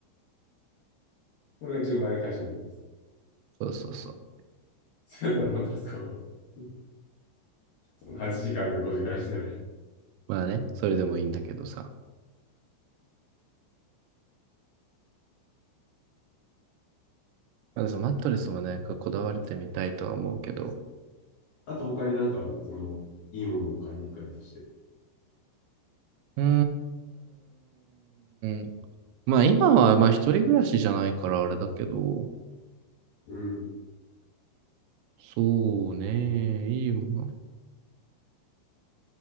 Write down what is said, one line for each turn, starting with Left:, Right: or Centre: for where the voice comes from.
Left: これが10万円で回収できます。
Right: そうそうそう。
Left: <laughs> そうやったらマトレス買おう。<laughs> その8時間か5時間になる。
Right: まあね、それでもいいんだけどさ。まだそのマットレスもね、こだわれてみたいとは思うけど。
Left: あと他になんかある。その、いいものを買いに行くかとして。
Right: うーん。まあ今は、まあ一人暮らしじゃないからあれだけど。
Left: うん。
Right: そうね、いいもの。